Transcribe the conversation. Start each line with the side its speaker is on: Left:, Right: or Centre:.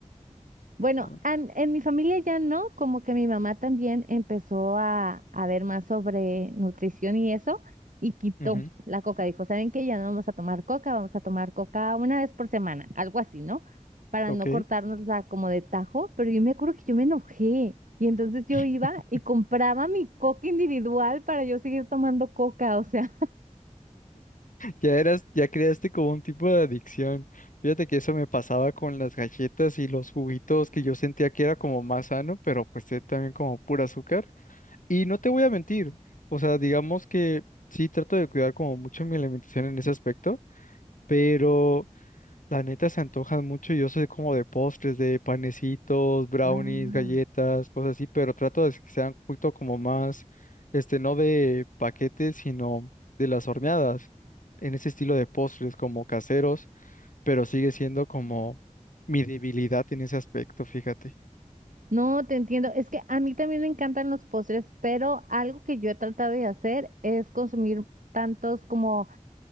Right: bueno,
Left: Ah,
Right: am- en, mi familia ya no, como que mi mamá también empezó a, a ver más sobre nutrición y eso, y quitó
Left: ujú,
Right: la coca. Dijo, ¿saben qué? Ya no vamos a tomar coca, vamos a tomar coca una vez por semana, algo así, ¿no? Para
Left: Ok,
Right: no cortárnosla como de tajo, pero yo me acuerdo que yo me enojé. Y entonces yo
Left: <laughs>
Right: iba y compraba mi coca individual para yo seguir tomando coca, o sea.
Left: ya eras, ya creaste como un tipo de adicción. Fíjate que eso me pasaba con las galletas y los juguitos que yo sentía que era como más sano, pero pues eh, también como pura azúcar. Y no te voy a mentir, o sea, digamos que sí trato de cuidar como mucho mi alimentación en ese aspecto, pero la neta se antojan mucho y yo soy como de postres, de panecitos, brownies,
Right: Ah.
Left: galletas, cosas así, pero trato de que sean un poquito como más, este, no de paquetes, sino de las horneadas, en ese estilo de postres como caseros, pero sigue siendo como mi debilidad en ese aspecto, fíjate.
Right: No, te entiendo. Es que a mí también me encantan los postres, pero algo que yo he tratado de hacer es consumir tantos como